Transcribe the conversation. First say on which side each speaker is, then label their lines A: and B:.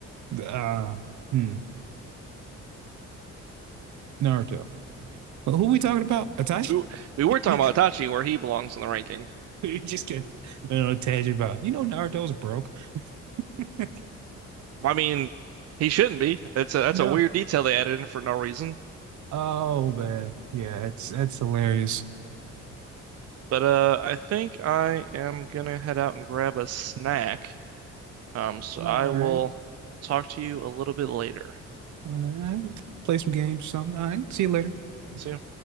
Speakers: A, on the right; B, on the right.
A: Uh, hmm, Naruto. But who we talking about? Itachi.
B: We, w- we were
A: <laughs>
B: talking
A: we
B: about Itachi, where he belongs in the ranking.
A: just get on a little tangent about. You know, Naruto's broke. <laughs>
B: I mean, he shouldn't be. That's a that's
A: No.
B: a weird detail they added in for no reason.
A: Oh man. Yeah, it's it's hilarious.
B: But uh, I think I am gonna head out and grab a snack. Um, so
A: All
B: I will
A: right.
B: talk to you a little bit later.
A: All right. Play some games or something. All right. See you later.
B: See you.